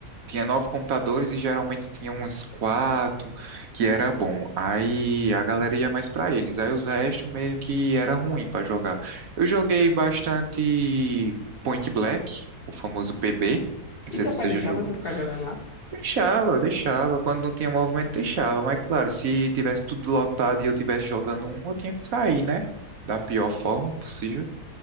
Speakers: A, on the right (about 65°); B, on the left (about 40°).
A: tinha nove computadores e geralmente tinha uns quatro que era bom. Aí a galera ia mais pra eles. Aí os restos meio que era ruim pra jogar. Eu joguei bastante Point Black, o famoso PB. Não sei
B: E teu
A: se você
B: pai deixava
A: já jogou.
B: tu ficar jogando lá?
A: Deixava, deixava. Quando não tinha movimento, deixava. Mas claro, se tivesse tudo lotado e eu tivesse jogando um, eu tinha que sair, né? Da pior forma possível.